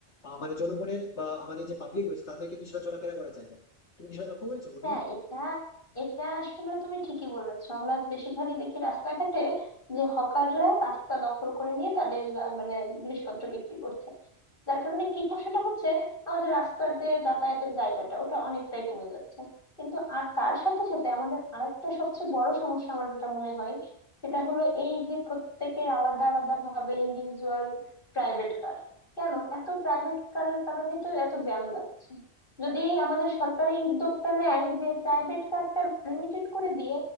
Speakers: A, on the left; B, on the left.
A: আহ, মানে জনগণের বা আমাদের যে পাবলিক রয়েছে তাদের কিন্তু সেটা চলাফেরা করা যায় না তুমি কি সেটা লক্ষ্য করেছো বন্ধু
B: হ্যাঁ এটা এটা আসলে তুমি ঠিকই বলেছো আমরা বেশিরভাগই দেখি রাস্তাঘাটে যে হকাররা রাস্তা দখল করে নিয়ে তাদের আহ, মানে জিনিসপত্র বিক্রি করছে যার কারণে কি সমস্যাটা হচ্ছে আমাদের রাস্তার যে যাতায়াতের জায়গাটা ওটা অনেকটাই কমে যাচ্ছে কিন্তু আর তার সাথে সাথে আমাদের আরেকটা সবচেয়ে বড় সমস্যা আমার যেটা মনে হয় সেটা হলো এই যে প্রত্যেকে আলাদা আলাদা ভাবে ইন্ডিভিজুয়াল প্রাইভেট কার কেন এত প্রাইভেট কারের কারণেই তো এত জ্যাম লাগছে যদি আমাদের সরকার এই উদ্যোগটা নেয় যে প্রাইভেট কারটা লিমিটেড করে দিয়ে